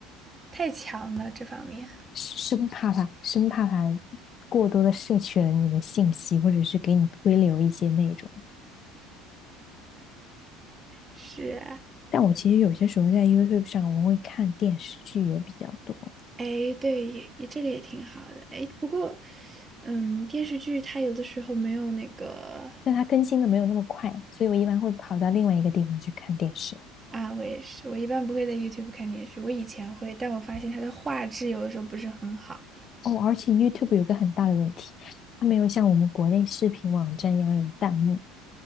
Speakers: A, on the right; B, on the left.
A: 太强了，这方面
B: 生怕它生怕它过多的摄取了你的信息，或者是给你推流一些内容。
A: 是啊，
B: 但我其实有些时候在 YouTube 上，我会看电视剧也比较多。
A: 哎，对，也也这个也挺好的，哎，不过，嗯，电视剧它有的时候没有那个
B: 但它更新的没有那么快，所以我一般会跑到另外一个地方去看电视。
A: 啊，我也是，我一般不会在 YouTube 看电视，我以前会，但我发现它的画质有的时候不是很好。
B: 哦，而且 YouTube 有个很大的问题，它没有像我们国内视频网站一样有弹幕。